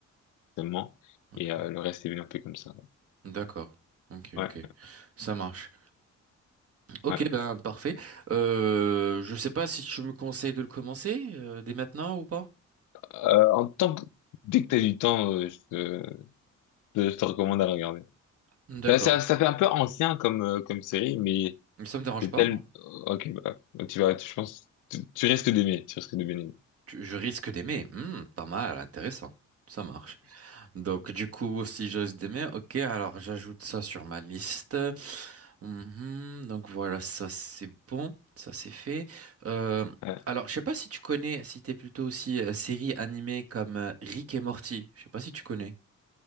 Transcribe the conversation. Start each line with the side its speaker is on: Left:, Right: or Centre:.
Left: directement.
Right: ok,
Left: Et euh, le reste est venu un peu comme ça.
Right: d'accord, ok,
Left: Ouais,
Right: ok, ça marche. Ok,
Left: ouais.
Right: ben parfait. Euh, je sais pas si tu me conseilles de le commencer euh, dès maintenant ou pas.
Left: Euh, en tant que dès que t'as du temps, euh, je te, je te recommande à le regarder.
Right: D'accord,
Left: Ça, ça, ça fait un peu ancien comme euh, comme série, mais
Right: ça me dérange
Left: c'est
Right: pas,
Left: tel.
Right: moi.
Left: Ok, bah, tu vas, tu, je pense, tu, tu risques d'aimer, tu risques de bien aimer.
Right: Tu- Je risque d'aimer. Hmm, pas mal, intéressant. Ça marche. Donc, du coup, si j'ose d'aimer, ok, alors j'ajoute ça sur ma liste. Mhm, donc voilà, ça c'est bon, ça c'est fait. Euh,
Left: <laughs>
Right: alors, je sais pas si tu connais, si t'es plutôt aussi euh, série animée comme euh, Rick et Morty. Je sais pas si tu connais.